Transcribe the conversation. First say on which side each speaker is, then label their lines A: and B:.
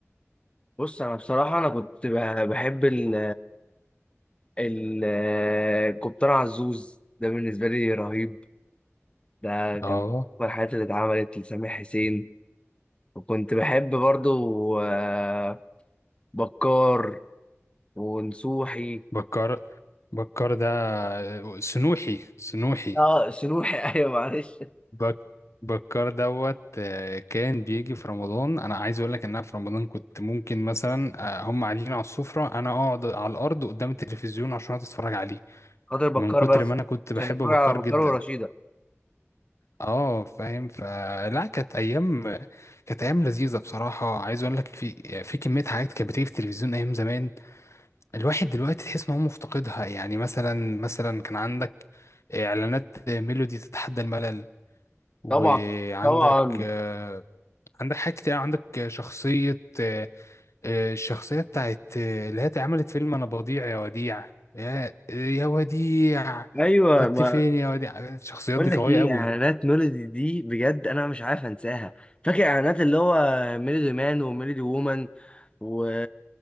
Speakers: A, on the left; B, on the left.
A: بص انا بصراحه انا كنت بح- بحب ال ال الكابتن عزوز ده بالنسبه لي رهيب ده كان
B: اه
A: من أكبر الحاجات اللي اتعملت لسامح حسين وكنت بحب برضو آه، بكار ونسوحي
B: بكر بكر ده سنوحي سنوحي
A: اه سنوحي <laughs> ايوه معلش
B: بك بكر دوت آه، كان بيجي في رمضان انا عايز اقول لك ان انا في رمضان كنت ممكن مثلا آه، هم قاعدين على السفره انا اقعد على الارض قدام التلفزيون عشان أقعد اتفرج عليه
A: خاطر بكار
B: من كتر
A: بس
B: ما انا كنت بحب
A: عشان اتفرج
B: بكر
A: على بكار
B: جدا
A: ورشيده
B: اه فاهم فلا كانت ايام كانت ايام لذيذه بصراحه عايز اقول لك في في كميه حاجات كانت بتيجي في التلفزيون ايام زمان الواحد دلوقتي تحس ان هو مفتقدها يعني مثلا مثلا كان عندك اعلانات ميلودي تتحدى الملل وعندك
A: طبعا طبعا
B: آه، عندك حاجات كتير عندك شخصيه آه، آه، الشخصيه بتاعت آه، اللي هي عملت فيلم انا بضيع يا وديع يا يا وديع
A: ايوه
B: كنت
A: ما
B: فين يا وديع الشخصيات
A: بقول
B: دي قويه
A: لك ايه
B: قوي
A: اعلانات ميلودي دي بجد انا مش عارف انساها فاكر اعلانات اللي هو ميلودي مان وميلودي وومن و...